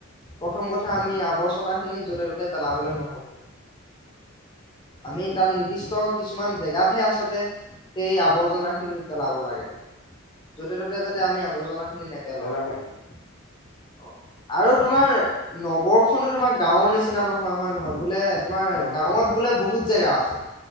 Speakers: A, on the left; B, on the left.
A: প্ৰথম কথা আমি আৱৰ্জনাখিনি য'তে ত'তে পেলাবলৈ নহ'ব আমি তাত নিৰ্দিষ্ট কিছুমান জেগাতহে আচলতে সেই আৱৰ্জনা খিনি পেলাব লাগে য'তে ত'তে যাতে আমি আৱৰ্জনা খিনি নে নেপেলাওঁ।
B: পেলাব লাগে
A: অ' আৰু তোমাৰ নগৰখনো তোমাৰ গাঁৱৰ নিচিনা নহয় হয় নহয় বোলে তোমাৰ
B: নহয়
A: গাঁৱত
B: নহয়
A: বোলে বহুত জেগা আছে